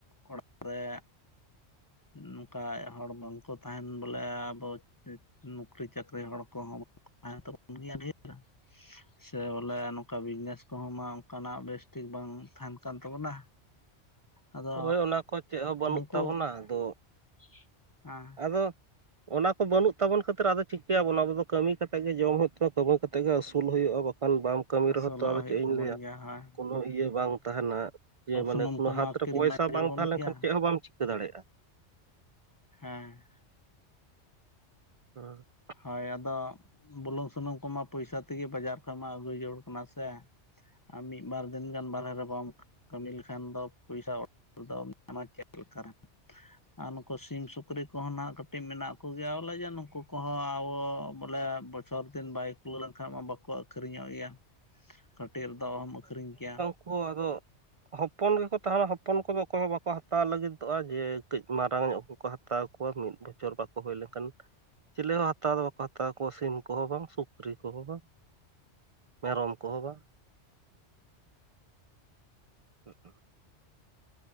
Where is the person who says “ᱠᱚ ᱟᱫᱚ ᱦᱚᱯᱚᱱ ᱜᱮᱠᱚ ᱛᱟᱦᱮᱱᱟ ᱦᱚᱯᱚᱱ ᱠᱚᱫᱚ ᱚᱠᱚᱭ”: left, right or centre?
Right